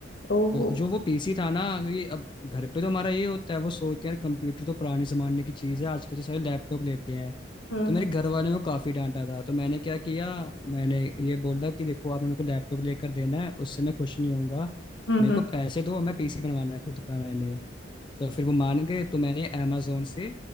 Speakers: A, on the left; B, on the left.
A: ओहो
B: तो जो वो पीसी था ना क्योंकि अब घर पे तो हमारा ये होता है वो सोचते हैं यार कंप्यूटर तो पुराने जमाने की चीज़ है आजकल तो सारे लैपटॉप लेते हैं
A: हम्म
B: तो मेरे घर वाले ने काफ़ी डांटा था तो मैंने क्या किया मैंने ये बोला कि देखो आपने मेरे को लैपटॉप लेकर देना है उससे मैं खुश नहीं होऊंगा
A: हम्म
B: मेरे को पैसे दो मैं पीसी बनवाना है खुद का मैंने तो फिर वो मान गए तो मैंने अमेजोन से